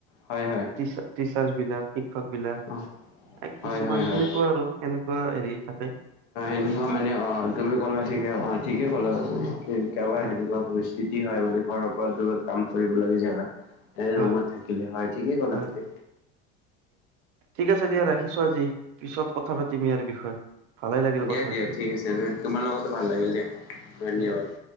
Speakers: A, on the left (about 85°); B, on the right (about 70°).
A: হয় হয়
B: টিচাৰ্চ বিলাক। বিলাক।
A: অ হয়
B: কিছুমান
A: হয় হয়
B: সেনেকুৱা আৰু সেনেকুৱা হেৰি থাকে।
A: এনেকুৱা মানে অঁ, তুমি ক'লা ঠিকে অঁ ঠিকেই ক'লা তুমি। কেতিয়াবা
B: হয়
A: সেনেকুৱা পৰিস্থিতি হয়, মানে ঘৰৰ পৰা দূৰত কাম কৰিব লাগে জেগা এ
B: হয়
A: ৰুমত থাকিলে হয়, ঠিকেই কলা
B: হয়
A: তুমি।
B: ঠিক আছে দিয়া, ৰাখিছো আজি। পিছত কথা পাতিম ইয়াৰ বিষয়ে। ভালে লাগিল
A: দিয়া
B: কথা পাতি
A: দিয়া
B: তোমাৰ
A: ঠিক আছে, তোমাৰ লগতো ভাল লাগিল দিয়া, ধন্যবাদ।
B: দিয়া